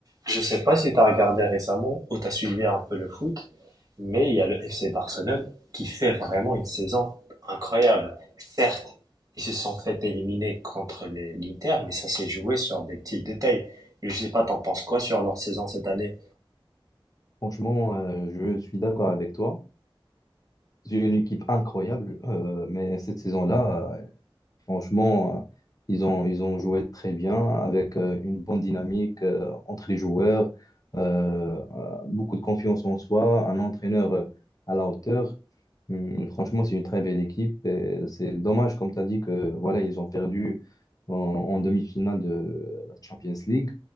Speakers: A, on the right; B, on the left.
A: Je sais pas si tu as regardé récemment ou tu as suivi un peu le foot, mais il y a le FC Barcelone qui fait vraiment une saison incroyable. Certes, ils se sont fait éliminer contre les- l'Inter, mais ça s'est joué sur des petits détails. Je sais pas, t'en penses quoi sur leur saison cette année?
B: Franchement, euh, je suis d'accord avec toi. J'ai une équipe incroyable, euh, mais cette saison-là, Franchement, euh, ils ont, ils ont joué très bien avec euh, une bonne dynamique euh, entre les joueurs, euh, euh, beaucoup de confiance en soi, un entraîneur euh, à la hauteur. Hum, franchement, c'est une très belle équipe. et C'est dommage, comme tu as dit, que voilà, ils ont perdu en, en demi-finale de la Champions League.